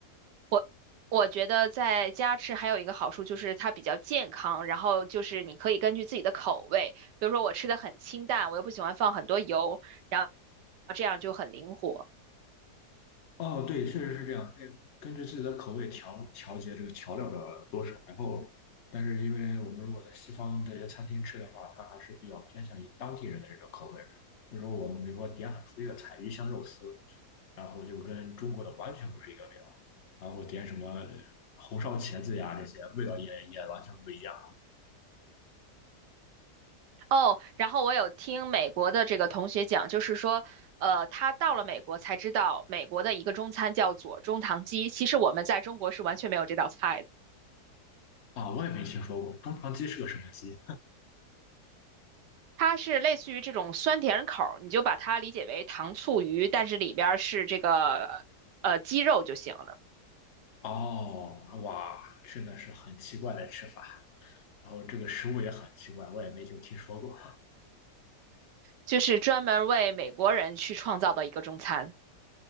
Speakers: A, on the right; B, on the left.
A: 我我觉得在家吃还有一个好处就是它比较健康，然后就是你可以根据自己的口味，比如说我吃的很清淡，我又不喜欢放很多油，然后这样就很灵活。
B: 哦，对，确实是这样，可以根据自己的口味调调节这个调料的多少。然后，但是因为我们如果在西方这些餐厅吃的话，它还是比较偏向于当地人的这个口味。就是说我们比如说点很肥的菜，鱼香肉丝，然后就跟中国的完全不是一个味道。然后点什么红烧茄子呀，这些味道也也完全不一样
A: 哦，然后我有听美国的这个同学讲，就是说，呃，他到了美国才知道美国的一个中餐叫左中棠鸡，其实我们在中国是完全没有这道菜的。
B: 啊！我也没听说过中肠鸡是个什么鸡
A: 它是类似于这种酸甜口儿，你就把它理解为糖醋鱼，但是里边儿是这个呃鸡肉就行了。
B: 哦，哇，真的是很奇怪的吃法。然后这个食物也很奇怪，我也没就听说过
A: 就是专门为美国人去创造的一个中餐。